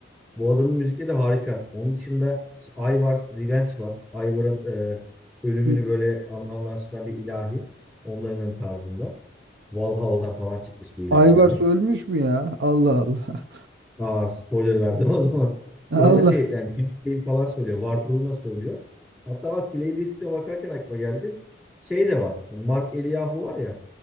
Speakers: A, in the centre; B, on the right.
A: Bu adamın müzikleri de harika. Onun dışında işte Ivar's Revenge var. Ivar'ın e, ölümünü
B: İ-
A: böyle anlamlaştıran bir ilahi. Onların tarzında. Valhalla'dan falan çıkmış bir ilahi
B: Ayvars
A: yani.
B: ölmüş mü ya? Allah Allah.
A: Aa spoiler verdim o zaman. Sonra
B: <laughs> Allah.
A: şey yani film falan söylüyor. Var durumda söylüyor. Hatta bak playlistine bakarken aklıma geldi. Şey de var. hani Mark Eliyahu var ya.